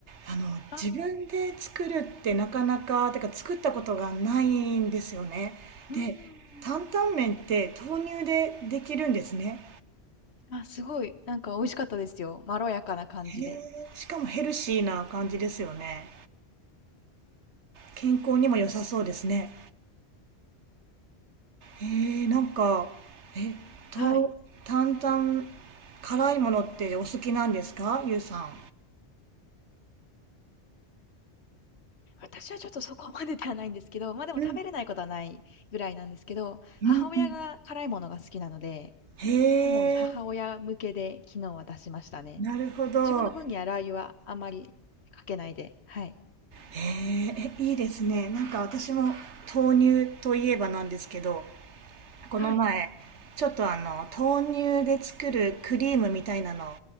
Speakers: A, on the right; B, on the left.
A: あの自分で作るってなかなか、
B: ああ、
A: てか作ったことがないんですよね。
B: うーん。
A: で、担々麺って豆乳でできるんですね。
B: あ、すごい、なんか美味しかったですよ。まろやかな感じで。
A: へえ、しかもヘルシーな感じですよね。健康にも良さそうですね。へえ、なんか、え、と、
B: はい。
A: 担々、辛いものってお好きなんですかゆうさん。
B: 私はちょっとそこまでではないんですけど、ま、あでも食べれないことはないぐらいなんですけど、
A: うん。うんうん。
B: 母親が辛いものが好きなので、
A: へえ、
B: 主に母親向けで昨日は出しましたね。
A: ななるほど。
B: 自分の分にはラー油はあまりかけないで、はい。
A: へえ、えいいですね。なんか私も豆乳といえばなんですけど、この前、
B: はい。
A: ちょっとあの、豆乳で作るクリームみたいなのを